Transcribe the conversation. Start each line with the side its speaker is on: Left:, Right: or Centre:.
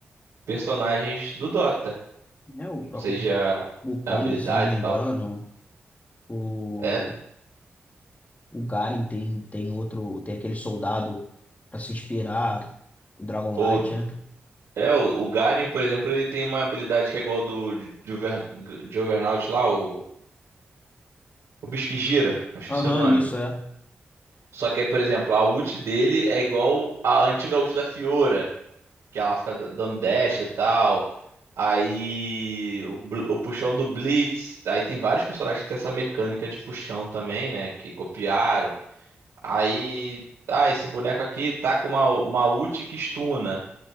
Right: personagens do Dota,
Left: Né, O, o,
Right: seja
Left: o Kong,
Right: habilidades
Left: se eu não me engano,
Right: e tal.
Left: o,
Right: É,
Left: o Garen tem, tem outro, tem aquele soldado para se inspirar, o Dragon
Right: ou,
Left: Knight, né?
Right: é o, o Garen, por exemplo, ele tem uma habilidade que é igual do Juver- Juggernaut lá, o, o bicho que gira, acho que
Left: Aham,
Right: é o seu nome.
Left: isso é.
Right: Só que aí, por exemplo, a ult dele é igual a antiga ult da Fiora, que ela fica da- dando dash e tal. Aí o, bl- o puxão do Blitz. Aí tem vários personagens que tem essa mecânica de puxão também, né? Que copiaram. Aí, ah, esse boneco aqui tá com uma, uma ult que stuna.